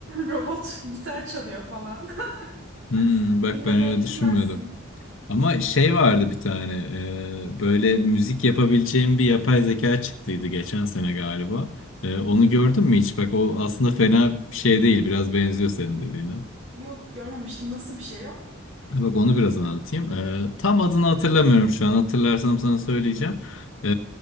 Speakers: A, on the right; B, on the left.
A: robot gitar çalıyor falan.
B: Hmm,
A: <laughs>
B: bak
A: Dinlemeye
B: ben öyle
A: gitmezsin.
B: düşünmüyordum. Ama şey vardı bir tane e, böyle müzik yapabileceğim bir yapay zeka çıktıydı geçen sene galiba. E, onu
A: Hı hı.
B: gördün mü hiç? Bak o aslında fena bir şey değil. Biraz benziyor senin dediğine.
A: Yok görmemiştim. Nasıl bir şey o?
B: Bak onu biraz anlatayım. Ee, tam adını hatırlamıyorum şu an. Hatırlarsam sana söyleyeceğim. Ee,